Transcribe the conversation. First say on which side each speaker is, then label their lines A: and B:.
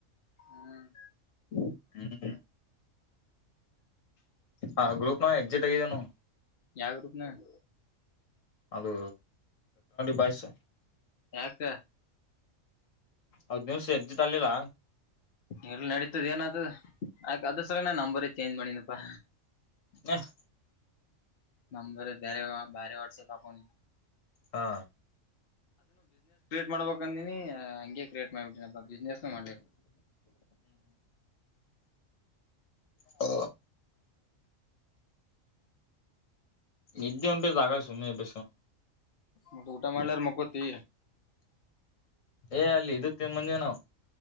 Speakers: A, on the left; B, on the left.
A: ಹ್ಮ್
B: ಹ್ಮ್ ಹಾ ಗ್ರೂಪ್ ನ ಎಕ್ಜೆಟ್ ಆಗಿದೆವ ನಾವು
A: ಯಾವ ಗ್ರೂಪ್ ನ್ಯಾಗ?
B: ಅದು <inaudible> ಬಾಯಸ
A: ಯಕ
B: ಹದ್ ದಿವ್ಸ ಎಗ್ಜಿಟ್ ಅಲಿಲ್ಲ
A: ಎಲ್ಲ ನಡೀತದ ಏನದು ಆಯಕ ಅದ ಸರಿ ನಾ ನಂಬರ್ ಚೇಂಜ್ ಮಾಡನಪ್ಪಾ
B: ಎಸ್
A: ನಂಬ ಬರೆ ಬಾರಿ ವರ್ಷೆ ಪಕು
B: ಹಾ
A: ಮಾಡ್ಬಬೇಕಂದೀನಿ ಹಂಗಗೆ ಕ್ರಿಯೇಟ್ ಮಾಡ್ಬಿಟ್ಟನ ಬಿಸ್ನೆಸ್ ಮಾಡ್ಿ
B: ಹ ಎ್ದ ಒ ತಕಾ ಸುಮ್ಮನೆ ಬ
A: ಮತ್ತೆ ಊಟ ಮಾಡ್ಲಾರ ಮಕ್ಕೋತಿ
B: ಏ ಅಲ್ಲಿ ಇದನ್ ಮಂದನಾ